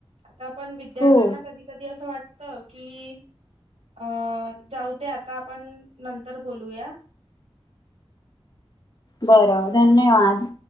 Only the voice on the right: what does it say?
आता आपण विद्यार्थ्यांना
कधी कधी असं वाटत की अ जाऊ दे आता पण नंतर बोलूया